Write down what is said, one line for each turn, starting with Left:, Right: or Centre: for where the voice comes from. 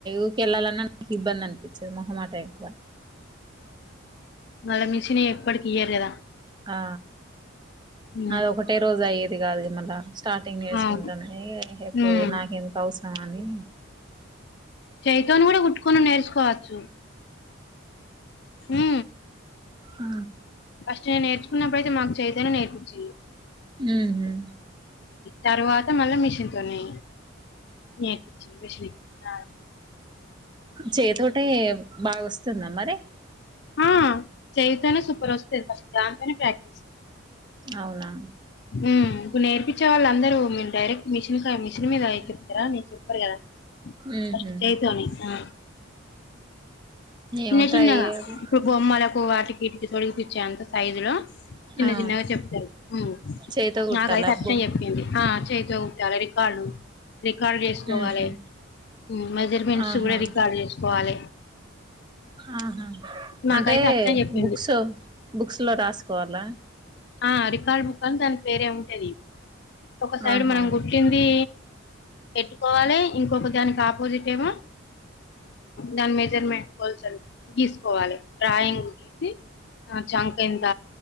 Right: ఊకే ఎళ్ళాలన్నా నా <inaudible> ఇబ్బంది అనిపి చెం మొహమాటం ఎక్కువా
Left: మళ్ళా మిషనీ ఎప్పటికి ఇయ్యరు గదా
Right: ఆ
Left: ఉమ్
Right: అది ఒకటే రోజు అయ్యేది గాదు మళ్ళా. స్టార్టింగ్ నేర్చుకుంటానా
Left: అవును
Right: ఏ ఏహె పో
Left: ఉమ్
Right: నాకెందుకు అవసరం ఆ అనీ.
Left: చైతోని కూడా కుట్టుకొనుడు నేర్చుకోవచ్చు. ఊ
Right: ఆ
Left: ఫస్ట్ నేను నేర్చుకున్నప్పుడు అయితే మాకు చైతోనే నేర్పించ్చిళ్ళు.
Right: ఊహు
Left: తర్వాతా మళ్ళా మిషిన్ తోనీ నేర్పించ్చిళ్ళు మిషిన్ ఆడ
Right: చైతోటే బాగా వస్తుందా మరి.
Left: ఆ చైతోనే సూపర్ వస్తది ఫస్ట్ దాంతోనే ప్రాక్టీసు.
Right: అవునా
Left: హ్మ ఇప్పుడు నేర్పిచ్చే వాళ్ళు అందరూ మేమ్ డైరెక్ట్ మిషిన్ కాయ్ మిషిన్ మీద చెప్తరానే చెప్పరు గదా.
Right: ఉహు
Left: ఫస్ట్ చైతోని ఆ చిన్న
Right: ఏమో
Left: చిన్నగా
Right: ట్రై చేయాలి
Left: ఇప్పుడు బొమ్మలకు వాటికి ఏపిచ్చి తొడిగిపిచ్చే అంత సైజు లో. చిన్న
Right: ఆ
Left: చిన్నగా చెప్తరు ఊ
Right: చేయితో కుట్టాలా
Left: నాకైతే అట్లనే
Right: అబ్బో
Left: చెప్పింది ఆ చైతో కుట్టాలని. కాళ్ళు రికార్డ్ చేసుకోవాలే
Right: ఉహు
Left: ఉమ్ మెజర్మెంట్స్
Right: ఆహా
Left: గూడా రికార్డ్ చేసుకోవాలే.
Right: ఆహా
Left: నాకైతే
Right: అంటే
Left: అట్నే చెప్పింది
Right: బుక్స్ బుక్స్లో రాసుకోవాలా
Left: ఆ రికార్డ్ బుక్ అన్ దాని పేరే ఉంటది ఒక సైడ్
Right: ఆహా
Left: మనం గుట్టింది పెట్టుకోవాలి ఇం గొప్ప దానికి ఆపోజిట్ ఏమో దాని మెజర్మెంట్ పల్సది గీసుకోవాలి డ్రాయింగ్ గీసి ఆ చంక ఇంత